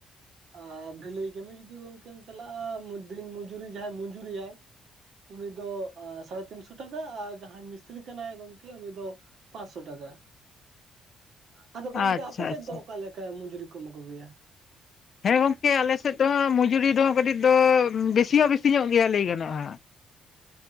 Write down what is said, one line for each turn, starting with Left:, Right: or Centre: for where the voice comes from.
Right: ᱟᱨ ᱰᱷᱟᱹᱞᱟᱹᱭ ᱠᱟᱹᱢᱤ ᱡᱩᱫᱤ ᱜᱚᱢᱠᱮᱢ ᱪᱟᱞᱟᱜᱼᱟ ᱫᱤᱱ ᱢᱚᱡᱩᱨᱤ ᱡᱟᱦᱟᱸᱭ ᱢᱚᱡᱩᱨᱤᱭᱟᱭ ᱩᱱᱤ ᱫᱚ ᱥᱟᱲᱮ ᱛᱤᱱᱥᱚ ᱴᱟᱠᱟ ᱟᱨ ᱡᱟᱦᱟᱸᱭ ᱢᱤᱥᱛᱨᱤ ᱠᱟᱱᱟᱭ ᱜᱚᱢᱠᱮ ᱩᱱᱤ ᱫᱚ ᱯᱟᱸᱥᱚ ᱴᱟᱠᱟ
Left: <inaudible> <unintelligible>
Right: ᱟᱫᱚ ᱜᱚᱝᱠᱮ ᱟᱯᱮ ᱥᱮᱫ
Left: ᱟᱪᱪᱷᱟ
Right: ᱫᱚ ᱚᱠᱟ ᱞᱮᱠᱟ ᱢᱩᱡᱩᱨᱤ ᱠᱚ ᱮᱢᱟ ᱠᱚ ᱜᱮᱭᱟ
Left: ᱦᱮᱸ ᱜᱚᱝᱠᱮ ᱟᱞᱮ ᱥᱮᱫ ᱫᱚᱦᱟᱸᱜ ᱢᱚᱡᱩᱨᱤ ᱫᱚ ᱠᱟᱹᱴᱤᱡ ᱫᱚ ᱵᱮᱥᱤ ᱦᱚᱸ ᱵᱮᱥᱤ ᱧᱚᱜ ᱜᱮᱭᱟ ᱞᱟᱹᱭ ᱜᱟᱱᱚᱜᱼᱟ